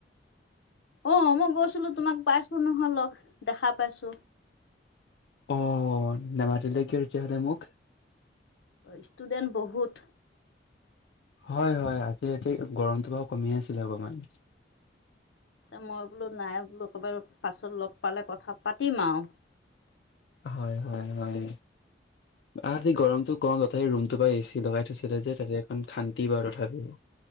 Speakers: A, on the left; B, on the left.
A: অ' মই গৈছিলো তোমাক পাইছো নহ লগ দেখা পাইছো।
B: অ' নেমাতিলে কিয় তেতিয়াহ'লে মোক?
A: ষ্টুডেণ্ট বহুত
B: হয় হয় আজিতিতে গৰমটো বাৰু কমি আছিলে অকমান।
A: মই বোলো নাই বোলো ক'ৰবাৰ পাছত লগ পালে কথা পাতিম আৰু।
B: হয় হয় হয় আতি গৰমটো ত ৰুমটো বাৰ এ চি লগাই থৈছিলে যে তাতে এখন খান্তি বাৰু তথাপি।